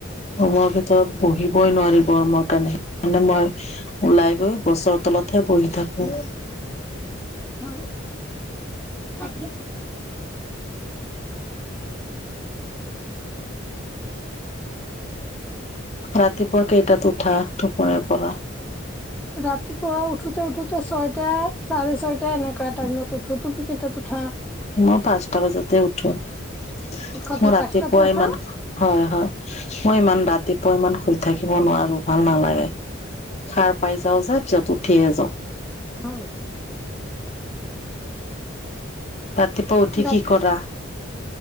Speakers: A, on the left (about 30°); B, in the centre.
A: ৰোমৰৰ ভিতৰত বহিবই নোৱাৰি গৰমৰ কাৰণে, সেইকাণে মই ওলাই গৈ গছৰ তলতহে বহি থাকোঁ।
B: হয় আ। উ <unintelligible>
A: ৰাতিপুৱা কেইটাত উঠা টুপনীৰ পৰা?
B: ৰাতিপুৱা উঠোতে উঠোতে ছয়টা চাৰে ছয়টা এনকোৱা টাইমত উঠো। তুমি কেইটাত উঠা?
A: মই পাঁচটা বজাতে উঠো। মোৰ
B: সদায়
A: ৰাতিপুৱা
B: পাঁচটাতে উঠা?
A: ইমান হয় হয়। মই ইমান ৰাতিপুৱা ইমান শুই থাকিব নোৱাৰো ভাল নালাগে। সাৰ পাই যাওঁ যে পিছত উঠিয়ে যাওঁ।
B: অ'।
A: ৰাতিপুৱা উঠি
B: ৰাতি
A: কি কৰা?